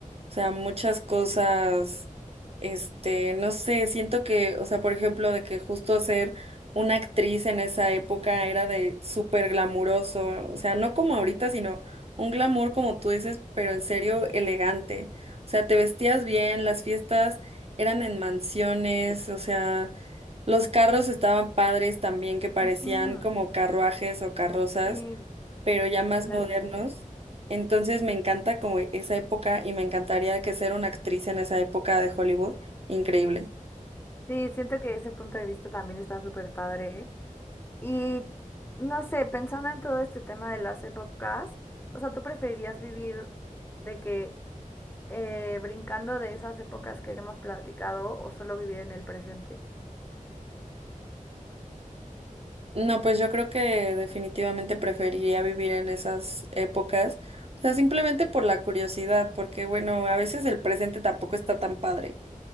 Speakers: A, on the right; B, on the left.
A: o sea, muchas cosas, este, no sé, siento que, o sea, por ejemplo, de que justo ser una actriz en esa época era de súper glamuroso, o sea, no como ahorita, sino un glamour, como tú dices, pero en serio elegante. O sea, te vestías bien, las fiestas eran en mansiones, o sea, los carros estaban padres también, que parecían
B: Ujú,
A: como carruajes o carrozas,
B: Sí,
A: pero ya más
B: totalmente.
A: modernos. Entonces me encanta como esa época y me encantaría que ser una actriz en esa época de Hollywood, increíble.
B: Sí, siento que ese punto de vista también está súper padre. Y no sé, pensando en todo este tema de las épocas, o sea, ¿tú preferirías vivir de que eh, brincando de esas épocas que hemos platicado o solo vivir en el presente?
A: No, pues yo creo que definitivamente preferiría vivir en esas épocas, o sea, simplemente por la curiosidad, porque bueno, a veces el presente tampoco está tan padre.